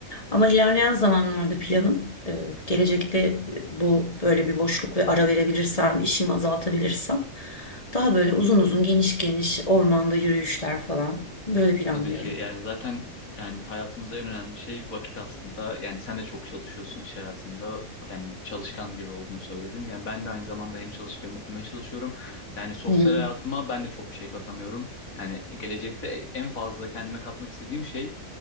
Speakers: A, on the left (about 25°); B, on the left (about 80°).
A: Ama ilerleyen zamanlarda planım e, gelecekte e, bu böyle bir boşluk ve ara verebilirsem, işimi azaltabilirsem daha böyle uzun uzun geniş geniş ormanda yürüyüşler falan böyle planlıyorum.
B: Tabii ki yani zaten yani hayatımızda en önemli şey vakit aslında. Yani sen de çok çalışıyorsun iş hayatında. Yani çalışkan biri olduğunu söyledin. Yani ben de aynı zamanda hem çalışıp hem okumaya çalışıyorum. Yani sosyal
A: Hı hı.
B: hayatıma ben de çok bir şey katamıyorum. Yani gelecekte en fazla kendime katmak istediğim şey